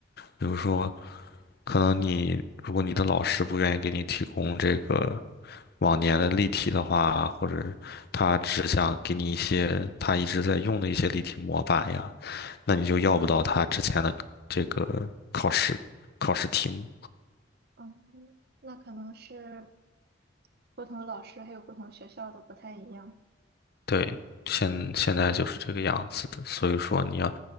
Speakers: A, on the left (about 55°); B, on the right (about 55°).
A: 比如说，可能你如果你的老师不愿意给你提供这个往年的例题的话，或者他只想给你一些他一直在用的一些例题模板呀，那你就要不到他之前的这个考试考试题目。
B: 嗯，那可能是不同的老师还有不同学校都不太一样。
A: 对，现现在就是这个样子的，所以说你要